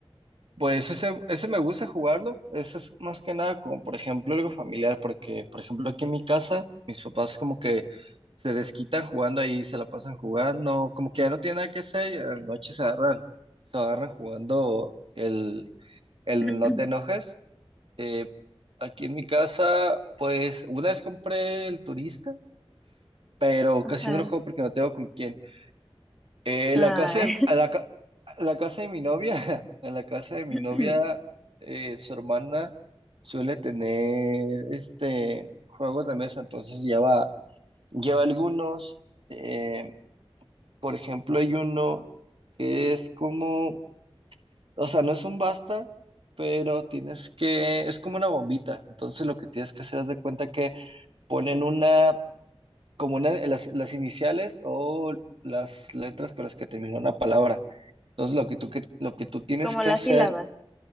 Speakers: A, on the right (about 65°); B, in the centre.
A: pues ese, ese me gusta jugarlo. Ese es más que nada como, por ejemplo, algo familiar, porque, por ejemplo, aquí en mi casa, mis papás como que se desquitan jugando ahí, se la pasan jugando, como que ya no tienen nada que hacer y a la noche se agarran, se agarran jugando el, el
B: <clears throat>
A: no te enojes. Eh, aquí en mi casa, pues una vez compré el turista. pero
B: Ajá.
A: casi no lo juego porque no tengo con quién. Eh,
B: Ay.
A: la casa de, a la, ca- a la casa de mi novia, <laughs> a la casa de mi
B: <clears throat>
A: novia, eh, su hermana suele tener este juegos de mesa, entonces lleva, lleva algunos. eh, por ejemplo, hay uno que es como, o sea, no es un basta, pero tienes que, es como una bombita. Entonces lo que tienes que hacer es de cuenta que ponen una como una, las, las iniciales o las letras con las que termina una palabra. Entonces, lo que tú, que, lo que tú tienes
B: Como
A: que
B: las
A: hacer,
B: sílabas.